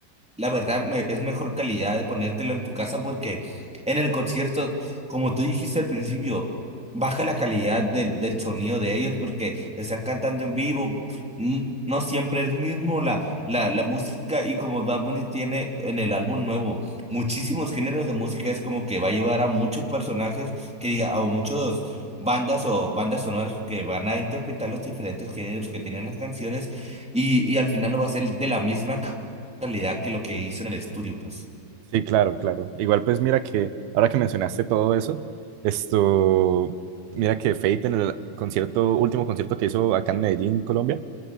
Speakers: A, in the centre; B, on the right.
A: la verdad, me- es mejor calidad de ponértelo en tu casa porque en el concierto, como tú dijiste al principio, baja la calidad del, del sonido de ellos porque están cantando en vivo. mm, No siempre es mismo la, la, la música y como Bad Bunny tiene en el álbum nuevo muchísimos géneros de música, es como que va a llevar a muchos personajes que diga, o muchos bandas o bandas sonoras que van a interpretar los diferentes géneros que tienen las canciones y, y al final no va a ser de la misma calidad que lo que hizo en el estudio, pues.
B: Sí, claro, claro. Igual pues mira que ahora que mencionaste todo eso, esto, mira que Fate en el concierto, último concierto que hizo acá en Medellín, Colombia,